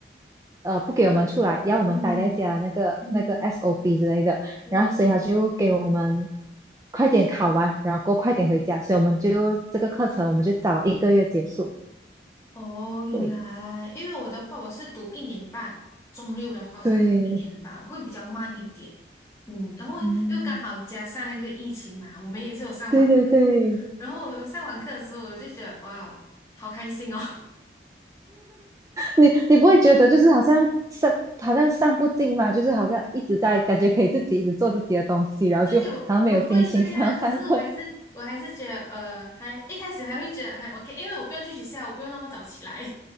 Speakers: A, on the right; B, on the left.
A: 呃不给我们出来，要我们待在家那个那个
B: 嗯嗯，
A: s o B 之类的，
B: 对，
A: 然后所以他就给我们快点考完，然后过后快点回家，所以我们就这个课程我们就早一个月结束。
B: 哦，原来，
A: 对
B: 因为我的话，我是读一年半，中六的话是读一年半，
A: 对，
B: 我会比较慢一点。嗯，然后又刚好加上那个疫情嘛，
A: 嗯，
B: 我们也是有上网
A: 对对对，
B: 然后我们上完课的时候，我就觉得哇哦，好开心哦！
A: 你你不会觉得就是好像上好像上不进嘛，就是好像一直在感觉可以自己一直做自己的东西，
B: <laughs>
A: 然后就好像没有心情想要上课
B: 对，我我会这样，可是我还是我还是觉得呃，还一开始还会觉得还 OK，因为我不用去学校，我不用那么早起来。